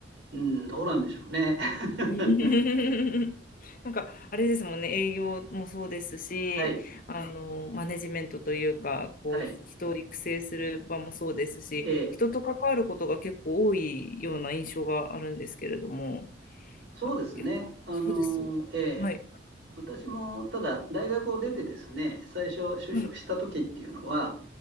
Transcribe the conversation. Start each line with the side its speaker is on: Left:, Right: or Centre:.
Right: うん、どうなんでしょうね。<laughs>
Left: <laughs> なんか、あれですもんね、営業もそうですし、
Right: はい、
Left: あの、マネジメントというか、こう、
Right: はい。
Left: 人を育成する場もそうですし、
Right: ええ、
Left: 人と関わることが結構多いような印象があるんですけれども、
Right: そうですね。
Left: やっぱ、
Right: あの、
Left: そうです。
Right: ええ、
Left: はい。
Right: 私もただ大学を出てですね、最初就職した時っていうのは、
Left: はい